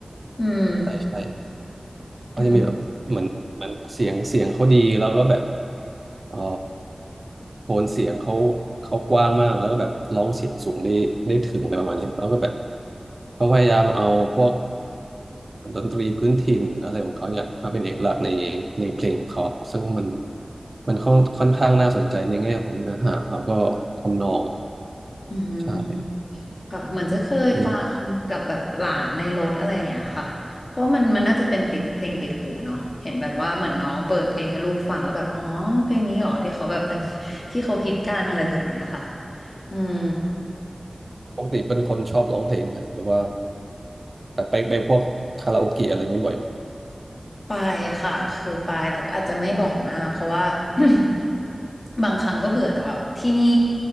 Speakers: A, on the left; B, on the right.
A: อืม
B: ใช่ใช่ เขาจะมีแบบเหมือนเหมือนเสียงเสียงเขาดีแล้วก็แบบ
A: อืม
B: เอ่อโทนเสียงเขาเขากว้างมากแล้วก็แบบร้องเสียงสูงได้ได้ถึงอะไรประมาณนี้แล้วก็แบบเขาพยายามเอาพวกดนตรีพื้นถิ่นอะไรของเขาเนี่ยมาเป็นเอกลักษณ์ในในเพลงของเขาซึ่งมันมันค่อนค่อนข้างน่าสนใจในแง่ของเนื้อหาแล้วก็ทำนอง
A: อืม
B: ใช่
A: ค่ะเหมือนจะเคยฟังกับแบบหลานในรถอะไรอย่างเงี้ยค่ะเพราะว่ามันมันน่าจะเป็นติดเพลงติดหูเนาะเห็นแบบว่าเหมือนน้องเปิดเพลงให้ลูกฟังแล้วแบบอ๋อเพลงนี้เหรอที่เขาแบบดัง
B: อืม
A: ที่เขาฮิตกันอะไรแบบเนี้ยค่ะอืม
B: ปกติเป็นคนชอบร้องเพลงไหมครับหรือว่าแบบไปไปพวกคาราโอเกะอะไรอย่างนี้บ่อยไหม
A: ไปค่ะคือไปแต่ก็อาจจะไม่บ่อยมากเพราะว่า <coughs> <clears throat> บางครั้งก็เบื่อแต่แบบที่นี่